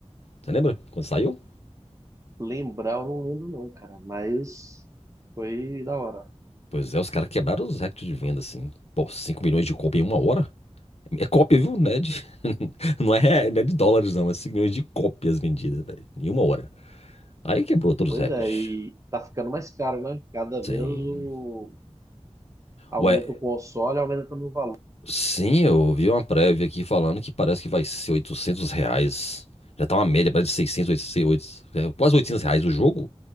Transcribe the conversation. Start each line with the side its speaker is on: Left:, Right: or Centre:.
Left: Você lembra? Quando saiu?
Right: Lembrar, eu não lembro não, cara, mas foi da hora.
Left: Pois é, os caras quebraram os recordes de venda, assim. Pô, 5 milhões de cópia em uma hora? É cópia, viu? Não é de, <laughs> não é, re- não é de dólares, não. É 5 milhões de cópias vendidas, velho. Em uma hora. Aí quebrou todos
Right: Pois
Left: os recordes.
Right: é, e tá ficando mais caro, né? Cada
Left: Sim.
Right: vez o aumenta
Left: Ué,
Right: o console, aumenta também o valor.
Left: Sim, eu vi uma prévia aqui falando que parece que vai ser 800 reais. Já tá uma média, parece de 600 800, 800, é, quase 800 reais o jogo.